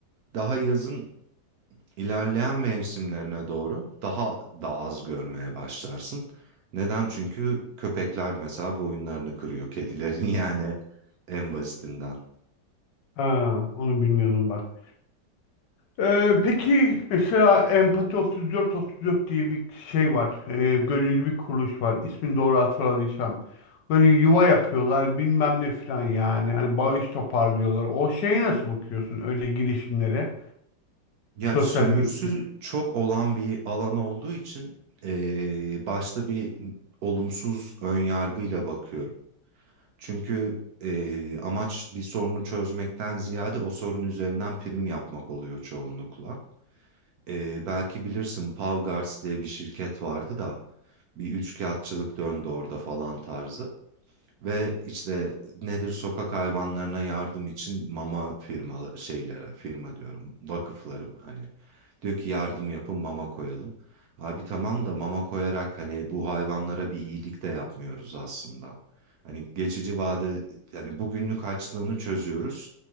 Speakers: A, on the right (about 65°); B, on the left (about 80°).
A: daha yazın ilerleyen mevsimlerine doğru daha da az görmeye başlarsın. Neden? Çünkü köpekler mesela boyunlarını kırıyor kedilerin <laughs> yani en basitinden.
B: ha, onu bilmiyordum bak. Ee, peki mesela Empati 34 34 diye bir şey var. Ee, gönüllü bir kuruluş var. İsmini doğru hatırladıysam. Böyle yuva yapıyorlar bilmem ne falan yani. Hani bağış toparlıyorlar. O şeye nasıl bakıyorsun öyle girişimlere?
A: Ya
B: Sosyal
A: sömürüsü
B: girişim.
A: çok olan bir alan olduğu için eee, başta bir olumsuz önyargıyla bakıyorum. Çünkü eee, amaç bir sorunu çözmekten ziyade o sorun üzerinden prim yapmak oluyor çoğunlukla. Eee, belki bilirsin Pav Garts diye bir şirket vardı da bir üçkağıtçılık döndü orada falan tarzı. Ve işte nedir sokak hayvanlarına yardım için mama firmalı şeylere firma diyorum vakıfları hani diyor ki yardım yapın mama koyalım. Abi tamam da mama koyarak hani bu hayvanlara bir iyilik de yapmıyoruz aslında. Hani geçici vade yani bugünlük açlığını çözüyoruz